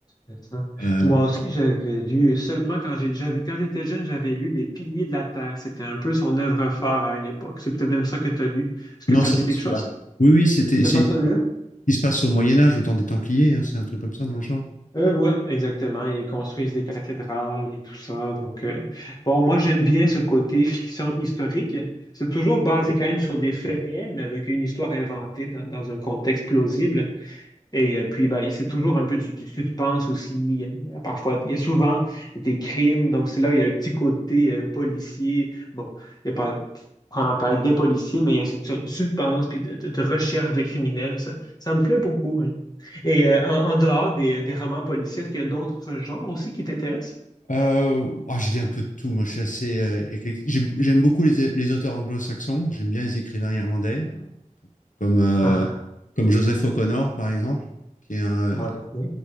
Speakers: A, on the left; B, on the left.
A: C'est ça.
B: Euh,
A: Moi aussi, j'avais lu, seulement quand j'ai, j'avais, quand j'étais jeune, j'avais lu Les Piliers de la Terre. C'était un peu son œuvre phare à une époque. C'est peut-être même ça que tu as lu. Est-ce que
B: non,
A: ça
B: c'est
A: te dit
B: pas
A: quelque
B: celui-là.
A: chose?
B: Oui, oui, c'était,
A: C'est
B: c'est
A: pas
B: une
A: celui-là?
B: histoire qui se passe au Moyen Âge, au temps des Templiers, hein, c'est un truc comme ça dans le genre.
A: Euh, oui, exactement. Ils construisent des cathédrales et tout ça. Donc, euh, bon, moi, j'aime bien ce côté fiction historique. C'est toujours basé quand même sur des faits réels, mais avec une histoire inventée dans, dans un contexte plausible. Et euh, puis, ben, c'est toujours un peu du, du suspense aussi. Il y a, il y a parfois, il y a souvent des crimes. Donc, c'est là où il y a le petit côté euh, policier. Bon, il y a pas, on parle des policiers, mais il y a cette sorte de suspense puis de, de- de recherche de criminels. Ça, ça me plaît beaucoup. hein. Et euh, en, en dehors des, des romans policiers, est-ce qu'il y a d'autres genres aussi qui t'intéressent?
B: Euh, ah, j'ai lu un peu de tout. Moi, je suis assez euh, éclectique. J'ai- J'aime beaucoup les, les auteurs anglo-saxons. J'aime bien les écrivains irlandais, comme euh,
A: Ah,
B: comme Joseph O'Connor, par exemple, qui est un,
A: ok,
B: qui